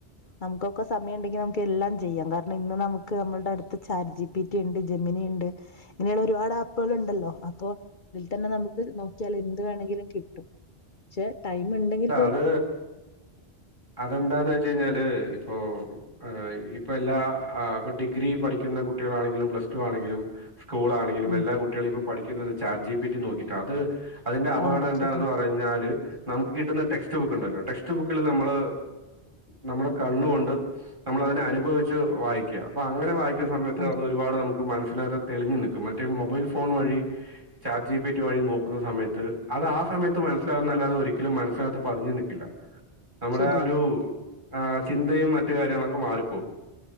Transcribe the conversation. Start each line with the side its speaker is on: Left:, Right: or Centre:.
Left: നമുക്കൊക്കെ സമയം ഉണ്ടെങ്കിൽ നമുക്ക് എല്ലാം ചെയ്യാം കാരണം ഇന്ന് നമുക്ക് നമ്മളുടെ അടുത്ത് ചാറ്റ് ജി പി ടി ഉണ്ട് ജെമിനി ഉണ്ട് ഇങ്ങനെയുള്ള ഒരുപാട് ആപ്പുകൾ ഉണ്ടല്ലോ അപ്പൊ ഇതിൽ തന്നെ നമുക്ക് നോക്കിയാൽ എന്ത് വേണമെങ്കിലും കിട്ടും പക്ഷെ ടൈമ്ണ്ടെങ്കിൽ
Right: ത് അതെന്താന്ന് വെച്ച കഴിഞ്ഞാല് ഇപ്പൊ ഈ ഇപ്പ എല്ലാ ഇപ്പൊ ഡിഗ്രി പഠിക്കുന്ന കുട്ടികളാണെങ്കിലും പ്ലസ് ടു ആണെങ്കിലും. സ്കൂളണെങ്കിലും
Left: ഉം
Right: എല്ലാം കുട്ടികളിപ്പ പഠി ന്നത് ചാറ്റ് ജി പി ടി നോക്കിട്ടാ അത് അതിൻന്റെ അപകടം
Left: ആഹ്
Right: എന്താന്ന്
Left: ശരിയാണ്
Right: പറഞ്ഞാല് നമുക്ക് കിട്ടുന്ന ടെക്സ്റ്റ് ബുക്ക്. ഇണ്ടല്ലോ ടെക്സ്റ്റ് ബുക്കിൽ നമ്മള് നമ്മുടെ കണ്ണ് കൊണ്ട് നമ്മളതിനെ അനുഭവിച്ച് വായിക്കുക അപ്പ അങ്ങനെ വായി സമയത്ത്
Left: അതെ
Right: അത്പാട് നമുക്ക് മനസ് മനസ്സിനകത്ത് തെളിഞ്ഞു നിൽക്കും മറ്റേ മൊബൈൽ ഫോൺ വഴി ചാറ്റ് ജി പിറ്റി വഴി നോക്കുന്ന സമയത്ത് അത് ആ സമയത്ത് മനസ്സിലാകുന്ന അല്ലാതെ ഒരിക്കലും മനസ്സിനകത്ത് പതിഞ്ഞു നിൽക്കില്ല നമ്മുടെ
Left: ശരിയാണ്
Right: ആ ഒരു ആ ചിന്തയും മറ്റു കാര്യങ്ങളൊക്കെ മാറി പോവും